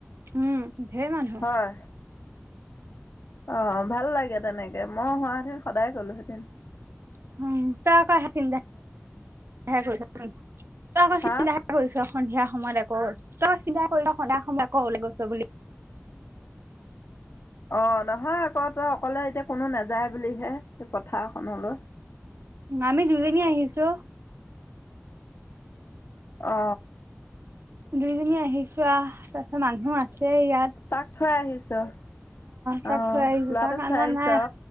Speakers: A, on the right (about 55°); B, on the left (about 55°).
A: উম ধেৰ মানুহ
B: হয় অ ভাল লাগে তেনেকে মই হোৱাহেতেন সদায় গলোহেতেন
A: উম <unintelligible> ওলাই ফুৰিছ সন্ধিয়া সময়ত আকৌ তই
B: হা
A: চিন্তা কৰিলে সন্ধিয়া সময় আকৌ ওলাই গৈছ বুলি
B: অ নহয় আকৌ তই অকলে এতিয়া কোনো নাযায় বুলিহে পথাৰখনলৈ
A: আমি দুজনী আহিছো
B: অ
A: দুইজনী আহিছো আৱ তাৰপিছত মানুহ আছে ইয়াত
B: তাক থৈ আহিছ অ
A: তাক থৈ আহিছো
B: লৰাটোক
A: তাক অনা
B: থৈ আহিছ
A: নাই